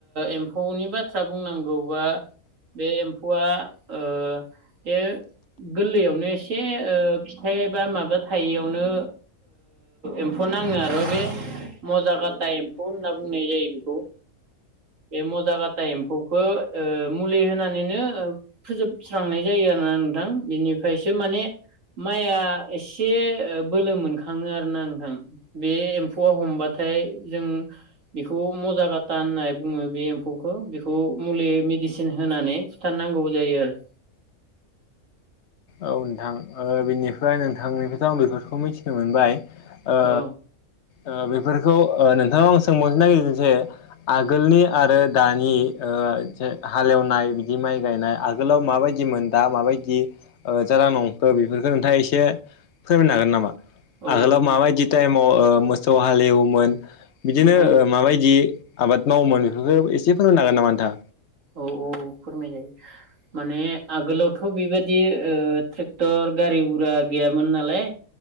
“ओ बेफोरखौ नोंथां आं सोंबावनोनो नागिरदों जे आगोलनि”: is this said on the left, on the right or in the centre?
Left